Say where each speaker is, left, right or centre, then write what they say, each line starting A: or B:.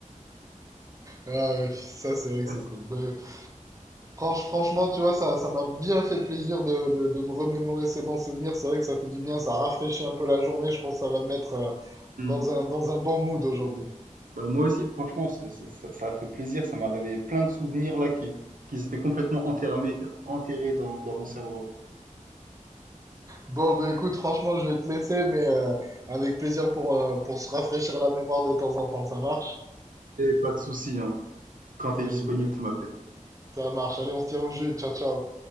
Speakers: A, on the right; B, on the right.
A: Ah ouais, ça c'est vrai que
B: Ah,
A: c'est
B: c'est-
A: cool. Ben, franche- franchement, tu vois, ça, ça m'a bien fait plaisir de, de- de me remémorer ces bons souvenirs. C'est vrai que ça fait du bien, ça rafraîchit un peu la journée. Je pense que ça va me mettre euh,
B: Mm.
A: dans un, dans un bon mood aujourd'hui.
B: Bah, moi aussi, franchement, c'est- c'est- ça, ça a fait plaisir. Ça m'a réveillé plein de souvenirs là qui, qui étaient complètement enterrés, enterrés dans, dans mon cerveau.
A: Bon, ben écoute, franchement, je vais te laisser, mais euh, avec plaisir pour, euh, pour se rafraîchir la mémoire de temps en temps. Ça marche?
B: Et pas de souci, hein. Quand tu
A: Allez,
B: es disponible,
A: ben,
B: tu m'appelles.
A: ça marche. Allez, on se tient au jus. Ciao, ciao.